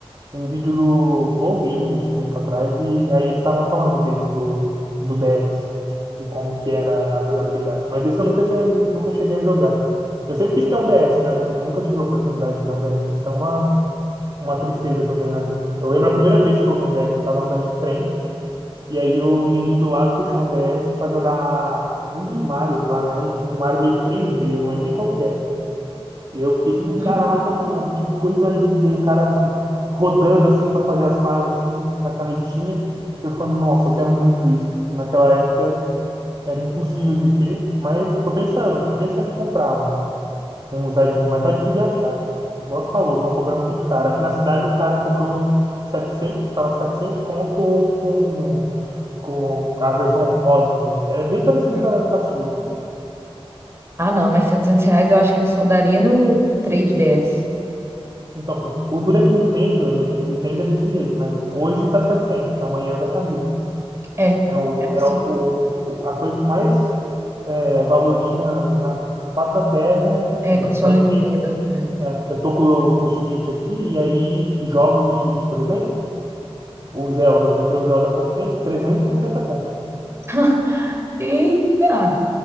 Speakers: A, on the right (about 45°); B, on the right (about 25°).
A: um vídeo do Flow Games esse tempo atrás. E aí eles estavam falando desse, do, do DS. E como que era a jogabilidade. Mas esse eu nunca tinha, nu- nunca cheguei a jogar. Eu sempre quis ter um DS, né? Nun- Nunca tive a oportunidade de ter um DS. Então, é uma, uma tristeza que eu tenho na vida. Eu lembro a primeira vez que eu vi um DS, eu tava andando de trem, e aí o menininho do lado puxou um DS pra jogar um dos Marios lá, era um, um Mario meio 3D, eu não lembro nem qual que é. E eu fiquei tipo,
B: Uhum,
A: caraca, mano, que coisa linda, e o cara rodando assim pra fazer as fases assim, com a canetinha. Eu falo, nossa, eu quero muito isso. Naquela época era impossível de ter, mas tô pensando, tô pensando em comprar um um usadinho, mas tá difícil de achar. Igual você falou, estão cobrando muito caro. Aqui na cidade um cara cobrou 700, tava 700, conto um com, com a versão rosa do... É bem parecida
B: uhum.
A: com a, com a sua.
B: Ah, não, mas 700 reais eu acho que eu só daria no 3DS.
A: Então, o duro é que Nintendo, né, Nintendo é desse jeito, né? Hoje tá 700, amanhã vai estar tá 1000.
B: É,
A: É, o,
B: é absurdo.
A: é o, o- a coisa que mais é, valoriza na, na face da terra é Nintendo.
B: É, console
A: Tanto
B: Nintendo.
A: que
B: é.
A: é, eu tô com, o- com o Switch aqui, e aí jogos do Switch, por exemplo, O Zelda, eu comprei o Zelda há pouco tempo, 350 conto.
B: <laughs> Eita!